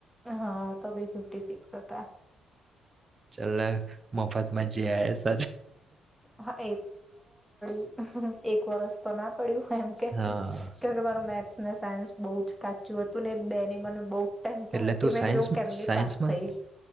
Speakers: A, in the centre; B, on the right.
A: હા તો ભી ફિફ્ટી સિક્સ હતા.
B: ચાલ મોફત <inaudible>
A: હા એ. <inaudible> એક વરસ તો ના પડ્યું એમ કે
B: હા
A: કેમ કે મારું મેચ ના સાયન્સ બહુ જ કાચું હતું ને બે ની મને બહુ. ટેન્શન
B: એટલે
A: હતી
B: તું
A: મેં
B: સાયન્સ
A: કીધું હું કેમની
B: સાયન્સમાં
A: પાસ થઈશ